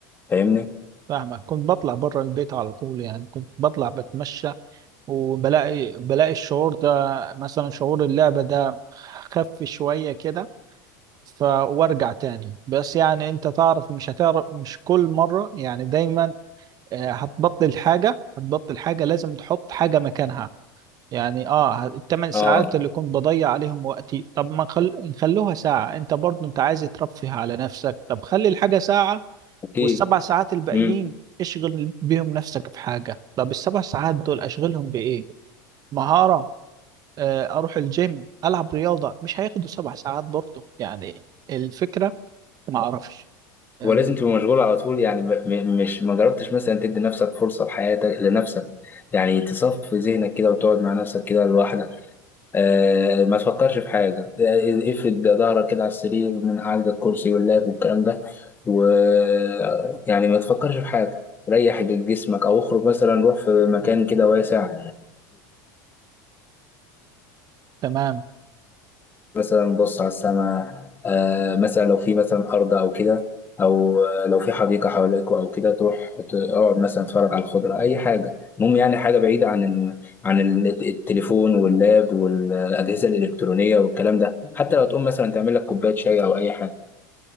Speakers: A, on the left; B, on the right.
A: فاهمني
B: فاهمك كنت بطلع بره البيت على طول يعني كنت بطلع بتمشى وبلاقي بلاقي الشعور ده مثلا شعور اللعبة ده خف شوية كده ف وارجع تاني بس يعني انت تعرف مش هتعرف مش كل مرة يعني دايما آه، هتبطل حاجة هتبطل حاجة لازم تحط حاجة مكانها يعني اه الثمان ساعات
A: اه
B: اللي كنت بضيع عليهم وقتي طب ما نخل... نخلوها ساعة انت برضو انت عايز ترفه على نفسك طب خلي الحاجة ساعة
A: ايه
B: والسبع ساعات الباقيين
A: امم
B: اشغل بيهم نفسك بحاجة طب السبع ساعات دول اشغلهم بإيه مهارة آه، اروح الجيم العب رياضة مش هياخدوا سبع ساعات برضه يعني الفكرة ما اعرفش آه،
A: ولازم تبقى مشغول على طول يعني م- م- مش ما جربتش مثلا تدي نفسك فرصة لحياتك لنفسك يعني تصفي ذهنك كده وتقعد مع نفسك كده لوحدك آه ما تفكرش في حاجة آه، افرد ظهرك كده على السرير من قعدة الكرسي واللاب والكلام ده و آه، يعني ما تفكرش في حاجة ريح جسمك او اخرج مثلا روح في مكان كده واسع
B: تمام
A: نبص على السماء آه مثلا لو في مثلا أرض أو كده أو آه، لو في حديقة حواليكوا أو كده تروح تقعد مثلا تتفرج على الخضرة أي حاجة المهم يعني حاجة بعيدة عن ال... عن ال- التليفون واللاب والأجهزة الإلكترونية والكلام ده حتى لو تقوم مثلا تعمل لك كوباية شاي أو أي حاجة